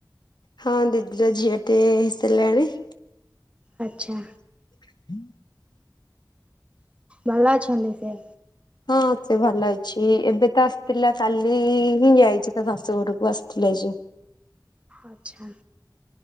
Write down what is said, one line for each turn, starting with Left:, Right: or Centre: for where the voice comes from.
Left: ହଁ ଦିଦିର ଝିଅ ଟେ ହେଇ ସାରିଲାଣି।
Right: ଆଛା।
Left: <inaudible>
Right: ଭଲ ଅଛନ୍ତି ସେ
Left: ହଁ ସେ ଭଲ ଅଛି ଏବେ ତ ଆସିଥିଲା କାଲି ହିଁ ଯାଇଚି ତା ଶାଶୁ ଘରକୁ ଆସିଥିଲା ଯେ
Right: ଆଛା।